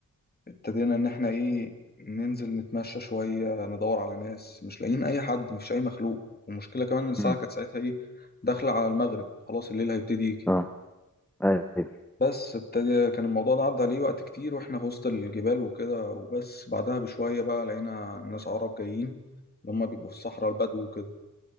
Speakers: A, on the left (about 30°); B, in the centre.
A: ابتدينا ان احنا ايه ننزل نتمشى شوية ندور على ناس مش لاقيين اي حد مفيش اي مخلوق والمشكلة كمان ان الساعة
B: مم.
A: كانت ساعتها ايه داخلة على المغرب خلاص الليل هيبتدي يجي
B: اه ايوه
A: بس ابتدى كان الموضوع ده عدى عليه وقت كتير واحنا في وسط الجبال وكده وبس بعدها بشوية بقى لقينا ناس عرب جايين اللي هم بيبقوا في الصحراء البدو وكده